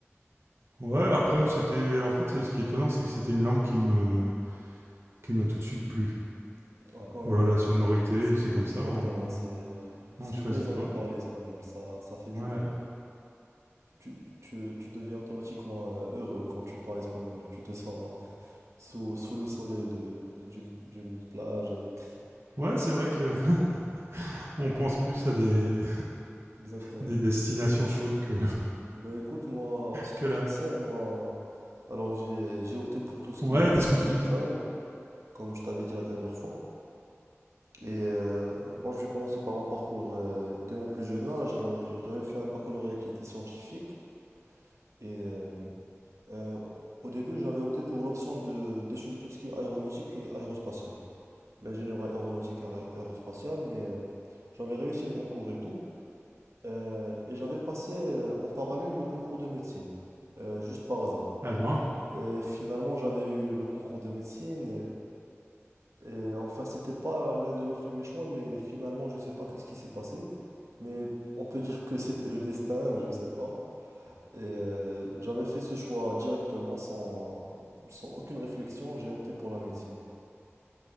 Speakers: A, on the right; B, on the right.
A: Ouais, après, c'était. En fait, c'est- ce qui est étonnant, c'est que c'était une langue qui me, qui m'a tout de suite plu.
B: Ah, quand même,
A: Voilà, la
B: euh,
A: sonorité,
B: c'est
A: c'est comme ça.
B: exactement,
A: hein, bon,
B: c'est euh,
A: on
B: c'est
A: choisit
B: plaisant
A: pas.
B: de parler espagnol, ça, ça fait du
A: Ouais.
B: bien. Tu, tu- tu deviens automatiquement euh, heureux quand tu parles espagnol. Tu te sens <laughs> sous, sous le soleil de, d'une, d'une plage avec...
A: Ouais, c'est vrai que <laughs> on pense plus à des,
B: <laughs> Exactement.
A: des destinations chaudes que,
B: Ben écoute, moi, en ce qui
A: que
B: me
A: là.
B: concerne, moi, alors j'ai, j'ai opté pour tout ce
A: Ouais,
B: qui est études
A: parce que
B: médicales,
A: tu me dis.
B: comme je t'avais dit la dernière fois. Et euh, bon, je vais commencer par mon parcours euh, dès mon plus jeune âge. Alors, j'avais fait un baccalauréat qui était scientifique. Et euh, euh, au début, j'avais opté pour l'option de d'étudier tout ce qui est aéronautique et aérospatiale. L'ingénierie aéronautique et aé- aérospatiale, mais euh, j'avais réussi le concours et tout. Euh, et j'avais passé euh, en parallèle le concours de médecine, euh, juste par hasard.
A: Ah ben.
B: Et finalement, j'avais eu le concours de médecine. Et enfin, c'était pas l'un de mes premiers choix, mais finalement, je sais pas qu'est-ce qui s'est passé. Mais on peut dire que c'était le destin, je sais pas. Et euh, j'avais fait ce choix directement, sans, sans aucune réflexion, j'ai opté pour la médecine.